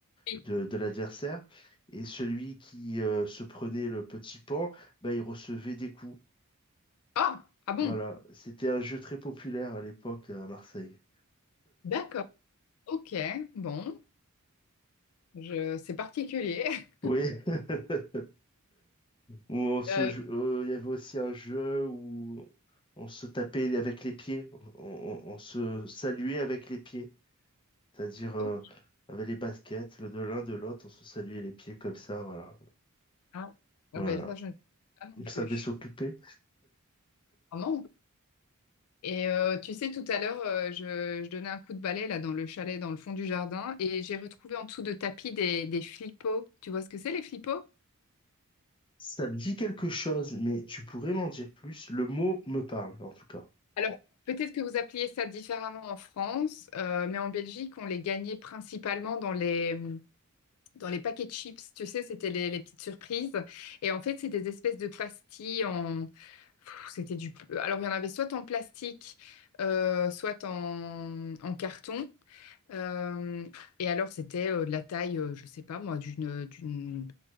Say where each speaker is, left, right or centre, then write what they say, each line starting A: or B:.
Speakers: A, on the left; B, on the left.
A: Oui.
B: de l'adversaire. Et celui qui euh, se prenait le petit pan, bah, il recevait des coups.
A: Ah, ah bon,
B: Voilà, c'était un jeu très populaire à l'époque hein, à Marseille.
A: d'accord, ok, bon, je, c'est particulier. <laughs>
B: Oui, <laughs> où on se,
A: Euh,
B: jou- euh, il y avait aussi un jeu où on se tapait avec les pieds, on, on- on se saluait avec les pieds, c'est-à-dire euh,
A: oh,
B: avec les baskets, le de l'un de l'autre, on se saluait les pieds comme ça, voilà.
A: ah,
B: Voilà,
A: ah ben ça, je ne sais pas non
B: on
A: plus.
B: savait s'occuper.
A: Ah non. Et euh, tu sais, tout à l'heure, euh, je, je donnais un coup de balai là dans le chalet, dans le fond du jardin, et j'ai retrouvé en dessous de tapis des, des flipos. Tu vois ce que c'est, les flipos?
B: Ça me dit quelque chose, mais tu pourrais m'en dire plus. Le mot me parle, en tout cas.
A: Alors, peut-être que vous appeliez ça différemment en France, euh, mais en Belgique, on les gagnait principalement dans les, dans les paquets de chips. Tu sais, c'était les, les petites surprises. Et en fait, c'est des espèces de pastilles en... Pff, C'était du... Alors, il y en avait soit en plastique, euh, soit en, en carton. Euh, et alors, c'était euh, de la taille, euh, je sais pas moi, d'une, euh, d'une,